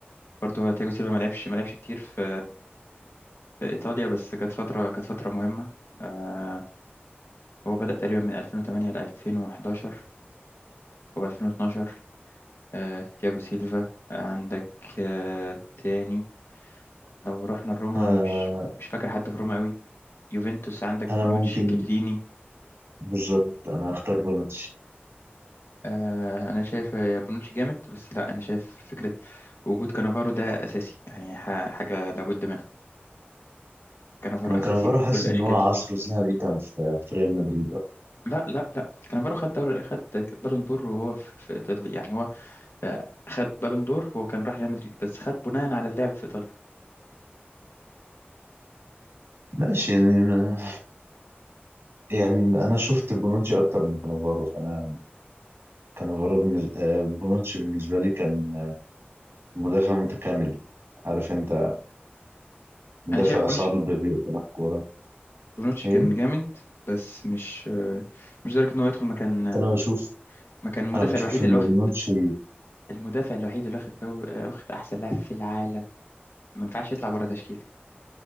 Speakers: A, on the left; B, on the right.
A: برضه هو تياجو سيلفا ما لعبش ما لعبش كتير في في إيطاليا بس كانت فترة كانت فترة مهمة آه هو بدأ تقريبا من 2008 ل 2011 أو 2012 آه تياجو سيلفا آه عندك آه تاني لو رحنا لروما
B: آه.
A: مش مش فاكر حد في روما قوي يوفنتوس عندك
B: انا
A: بونوتشي
B: ممكن
A: كليني
B: بالظبط انا هختار بونوتشي
A: آه انا شايف يا بونوتشي جامد بس لا انا شايف فكره وجود كانافارو ده اساسي يعني ح- حاجه لابد منها كانافارو
B: انا
A: اساسي
B: كان بروح احس
A: بكل الاشكال
B: ان هو عصره الذهبي كان في في ريال مدريد أكتر.
A: لا لا لا كانافارو خد دور خد بالون دور وهو في في ايطاليا يعني هو آه، خد بالون دور هو كان راح ريال مدريد بس خد بناء على اللعب في ايطاليا
B: ماشي يعني ما- يعني انا شفت بونوتشي اكتر من كانافارو فانا كان الغراب بالنسبة آه، بونوتشي بالنسبة لي كان مدافع متكامل عارف انت مدافع
A: انا شايف بونوتشي
B: صلب بيقدم الكورة
A: بونوتشي
B: ايه
A: كان جامد بس مش آه، مش لدرجه ان هو يدخل مكان
B: كنت انا بشوف
A: مكان المدافع
B: انا بشوف
A: الوحيد
B: ان
A: اللي واخد
B: بونوتشي
A: المدافع الوحيد اللي واخد دور آه، واخد احسن لاعب في العالم ما ينفعش يطلع بره تشكيله